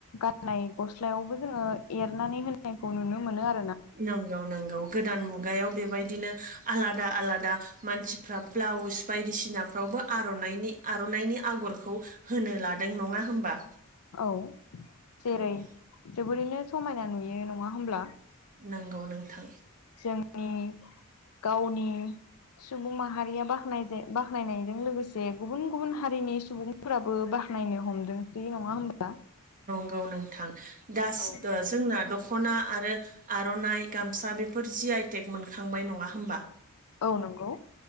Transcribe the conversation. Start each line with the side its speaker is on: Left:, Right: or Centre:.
Left: गाननाय गस्लायावबो जोङो एरनानै होनायखौ नुनो मोनो आरो।
Right: नोंगौ नोंगौ गोदान मुगायाव बे बायदिनो आलादा आलादा मानसिफ्रा ब्लाउस बायदिसिनाफ्राव आर'नाइनि आर'नाइनि आगरखौ होनो लादों नङा होमबा?
Left: औ जेरै
Right: औ
Left: जोबोरैनो समायना नुयो नङा होमब्ला?
Right: नंगौ नोंथां।
Left: जोंनि गावनि सुबुं माहारिया बाखनाय बाखनायनायजों लोगोसे गुबुन गुबुन हारिनि सुबुंफोराबो नायनो हमदोंसै नङा होमबा?
Right: औ नोंथां
Left: औ
Right: दा जोंना दख'ना आरो आर'नाइ गामसा बेफोर जि आइटेक मोनखांबाय नङा होमबा
Left: औ नंगौ